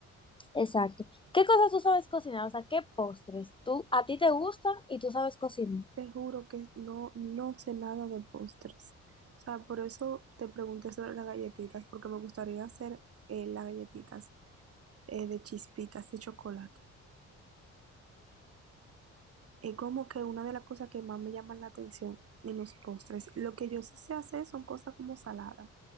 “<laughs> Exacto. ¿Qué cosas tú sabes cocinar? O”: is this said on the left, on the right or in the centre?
Left